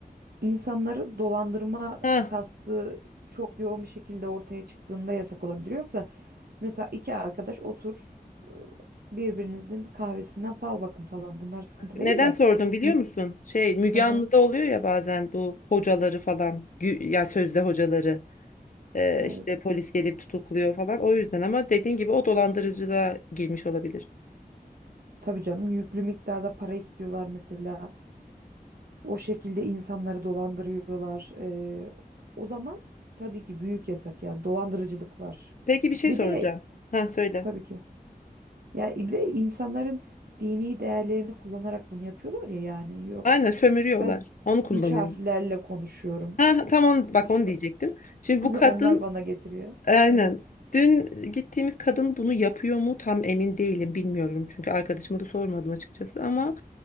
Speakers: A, on the right; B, on the left.
A: İnsanları dolandırma
B: Ha,
A: kastı çok yoğun bir şekilde ortaya çıktığında yasak olabilir. Yoksa mesela iki arkadaş otur ıı, birbirinizin kahvesinden fal bakın falan bunlar sıkıntı değil
B: neden
A: de.
B: sordum biliyor
A: M-
B: musun? Şey Müge
A: Hı hı,
B: Anlı'da oluyor ya bazen bu hocaları falan gü- ya sözde hocaları. Ee,
A: evet.
B: işte polis gelip tutukluyor falan. O yüzden ama dediğin gibi o dolandırıcılığa girmiş olabilir.
A: Tabii canım yüklü miktarda para istiyorlar mesela. O şekilde insanları dolandırıyorlar. Ee, o zaman tabii ki büyük yasak yani dolandırıcılık var.
B: Peki bir şey
A: Bir
B: soracağım.
A: de
B: Ha söyle.
A: tabii ki. Ya bir de insanların dini değerlerini kullanarak bunu yapıyorlar ya yani yok.
B: Aynen sömürüyorlar.
A: Ben
B: Onu kullanıyor.
A: üç harflerle konuşuyorum.
B: Ha tam onu bak
A: İşte
B: onu diyecektim.
A: <laughs>
B: Şimdi bu
A: onlar
B: kadın
A: bana getiriyor.
B: aynen
A: Evet.
B: dün gittiğimiz kadın bunu yapıyor mu tam emin değilim bilmiyorum. Çünkü arkadaşıma da sormadım açıkçası ama